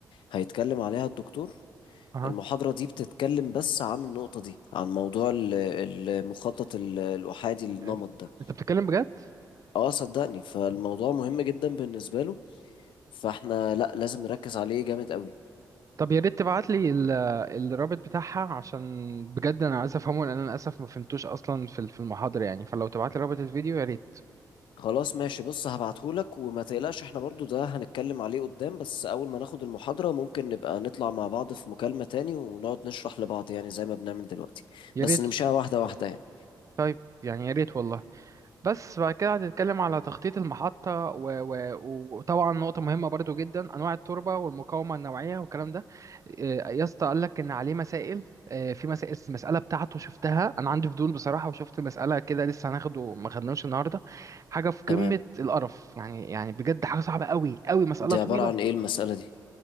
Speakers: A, on the left; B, on the right.
A: هيتكلم عليها الدكتور
B: أها
A: المحاضرة دي بتتكلم بس عن النقطة دي عن موضوع ال- المخطط ال- الأحادي النمط
B: أنت
A: ده
B: أنت بتتكلم بجد؟
A: اه صدقني فالموضوع مهم جدا بالنسبة له فاحنا لا لازم نركز عليه جامد قوي
B: طب يا ريت تبعت لي ال- الرابط بتاعها عشان بجد انا عايز افهمه لان انا للاسف ما فهمتوش اصلا في ال- في المحاضره يعني فلو تبعت لي رابط الفيديو يا ريت
A: خلاص ماشي بص هبعتهولك وما تقلقش احنا برضو ده هنتكلم عليه قدام بس اول ما ناخد المحاضرة ممكن نبقى نطلع مع بعض في مكالمة تاني ونقعد نشرح لبعض يعني زي ما بنعمل دلوقتي
B: يا
A: بس
B: ريت
A: نمشيها واحدة واحدة يعني
B: طيب يعني يا ريت والله بس بعد كده هنتكلم على تخطيط المحطة و... و... وطبعا نقطة مهمة برضو جدا أنواع التربة والمقاومة النوعية والكلام ده آه، يا اسطى قال لك إن عليه مسائل آه، في مسائل المسألة بتاعته شفتها أنا عندي فضول بصراحة وشفت مسألة كده لسه هناخده ما خدناش النهاردة حاجة في
A: تمام
B: قمة القرف يعني يعني بجد حاجة صعبة قوي قوي مسألة
A: دي
B: طويلة
A: عبارة عن ايه المسألة دي